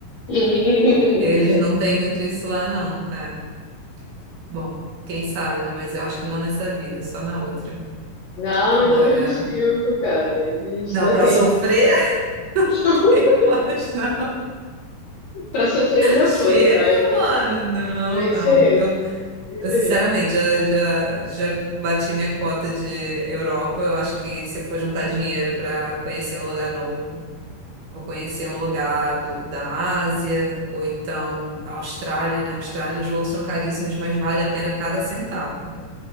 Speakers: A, on the left (about 65°); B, on the right (about 70°).
A: <laughs>
B: eles não têm muito isso lá, não. É, bom, quem sabe, né? Mas eu acho que não nessa vida, só na outra.
A: Não,
B: Agora,
A: ainda temos tempo, cara. A gente
B: não,
A: ainda
B: para
A: tem.
B: sofrer, <laughs>
A: <laughs>
B: mas não.
A: Para sofrer já
B: Chega,
A: foi, já. Eu, já,
B: mano. Não,
A: eu encerrei,
B: não. Eu
A: encerrei.
B: Eu, sinceramente, já, já, já bati minha cota de Europa. Eu acho que se eu for juntar dinheiro para conhecer um lugar novo, vou conhecer um lugar do, da Ásia ou então a Austrália, né? Austrália, os voos são caríssimos, mas vale a pena cada centavo.